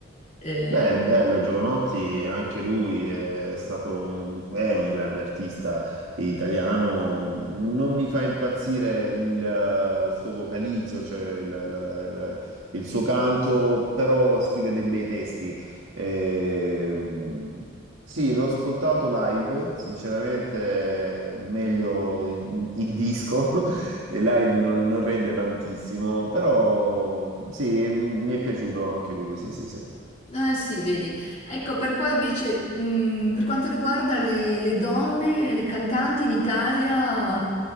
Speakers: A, on the left; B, on the right.
A: Eh,
B: Beh, è bello, Giovanotti, anche lui è stato un, è un grande artista italiano. Non mi fa impazzire il, eh, il suo vocalizzo, cioè la- la- la- il suo canto, però scrive dei bei testi. Ehm, sì, l'ho ascoltato live, sinceramente meglio in, in disco, <laughs> e live non, non rende tantissimo, però sì, mi è piaciuto anche lui, sì, sì, sì.
A: eh sì, vedi. Ecco, per poi invece mh, per quanto riguarda le, le donne, le cantanti in Italia...